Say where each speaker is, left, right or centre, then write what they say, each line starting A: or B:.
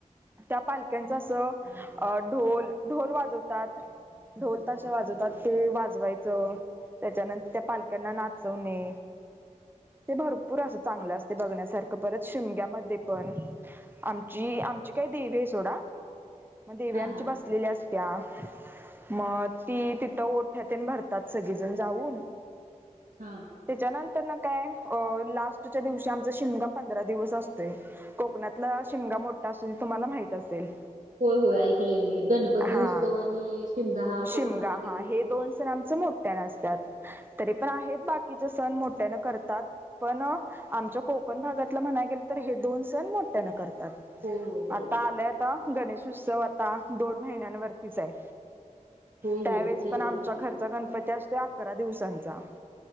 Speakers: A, on the right; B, on the right.
A: त्या पालख्यांचं असं ढोल ढोल वाजवतात. ढोल तसेे वाजवतात ते वाजवायचं. त्याच्यानंतर त्या पालकांना नाचवणे. ते भरपूर अस चांगलं असते बघण्यासारखं परत शिमग्यामध्ये पण आमची आमची काही देवी आहे सोडा मग देवी
B: हा
A: आमची
B: हा
A: बस लेल्या असत्या मग ती तिथं ओठ्यात भरतात सगळीजण जाऊन.
B: हां
A: त्याच्यानंतर ना काय अ लास्टच्या दिवशी आमचा शिमगा पंधरा दिवस असतो. कोकणातला शिमगा मोठा अस तुम्हाला माहित असेल.
B: होय होय ऐकलय मी गणपती
A: हा
B: उत्सव आणि शिमगा हा कोकणामध्ये
A: शिमगा हा
B: खूप
A: हे
B: छान
A: दोन सण
B: आहे.
A: आमचं मोठ्याने असतात तरी पण आहेत बाकीचे सण मोठ्यान करतात. पण आमच्या कोकण भागातला म्हणाय गेल तर हे दोन सण मोठ्यानं करतात.
B: होय होय बरोबर
A: आता
B: आहे
A: आलंय आता गणेश उत्सव आता दोन महिन्यांवरतीच आहे.
B: होय
A: त्यावेेळेस
B: होय जवळच
A: पण आमच्या
B: आला
A: घरचा गणपती असतो अकरा दिवसांचा.